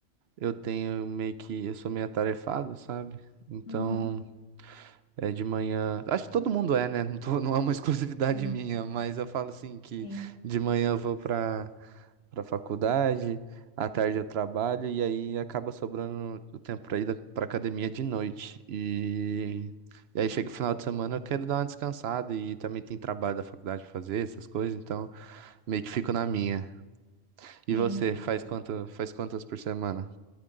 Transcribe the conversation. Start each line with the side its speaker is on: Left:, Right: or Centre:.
Right: eu tenho meio que, eu sou meio atarefado, sabe? Então,
Left: uhum,
Right: é de manhã, acho que todo mundo é, né? Não tô- não é uma <laughs>
Left: sim,
Right: exclusividade minha, mas eu falo assim que
Left: sim,
Right: de manhã eu vou pra, pra faculdade, à tarde eu trabalho e aí acaba sobrando o tempo pra ir da- pra academia de noite. E,
Left: uhum,
Right: e aí chega o final de semana, eu quero dar uma descansada e também tem trabalho da faculdade pra fazer, essas coisas, então meio que fico na minha. E
Left: sim.
Right: você, faz quanto, faz quantas por semana?